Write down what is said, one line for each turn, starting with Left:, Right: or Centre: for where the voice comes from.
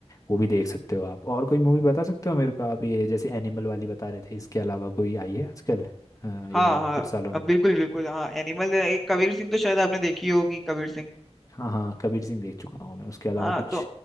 Left: वो भी देख सकते हो आप और कोई मूवी बता सकते हो मेरे को आप ये जैसे एनिमल वाली बता रहे थे इसके अलावा कोई आई है आजकल हाँ, या
Centre: हाँ हाँ
Left: कुछ सालों में
Centre: बिल्कुल बिल्कुल हाँ एनिमल एक कबीर सिंह तो शायद आपने देखी होगी कबीर सिंह
Left: हाँ हाँ कबीर सिंह देख चुका हूँ मैं उसके अलावा
Centre: हाँ
Left: कुछ
Centre: तो